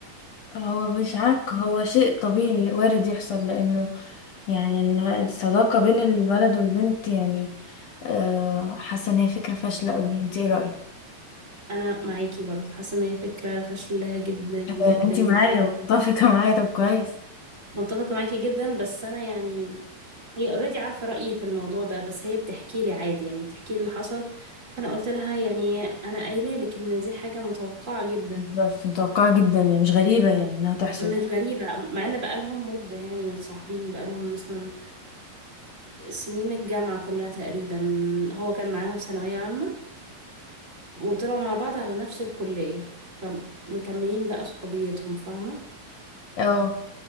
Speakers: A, on the left; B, on the right.
A: هو مش عك هو شيء طبيعي وارد يحصل لانه يعني إن الصداقه بين الولد والبنت يعني آه، حاسه ان هي فكره فاشله قوي انت ايه رايك
B: انا معاكي برضو حاسة ان هي فكرة فاشلة جدا
A: آه،
B: جدا
A: انت
B: جدا
A: معايا متفقه معايا طب كويس
B: متفقة معاكي جدا بس انا يعني هي اوريدي عارفة رأيي في الموضوع ده بس هي بتحكي لي عادي يعني بتحكي لي اللي حصل فانا قلت لها يعني انا قايله لك ان دي حاجة متوقعة جدا
A: بالظبط متوقعه جدا يعني مش غريبه يعني انها تحصل
B: مش غريبة مع ان بقالهم مدة يعني متصاحبين بقالهم مثلا سنين الجامعة كلها تقريبا من- هو كان معاها في ثانوية عامة وطلعوا مع بعض على نفس الكلية فمكملين بقى صحوبيتهم فاهمة
A: اه